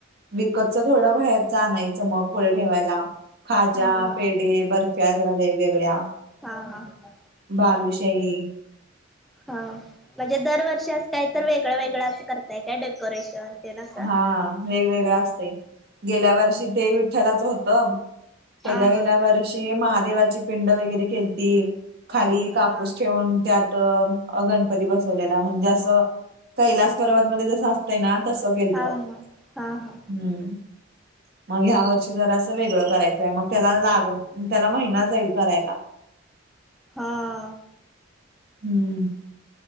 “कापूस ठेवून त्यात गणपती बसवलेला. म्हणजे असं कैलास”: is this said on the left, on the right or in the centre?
Right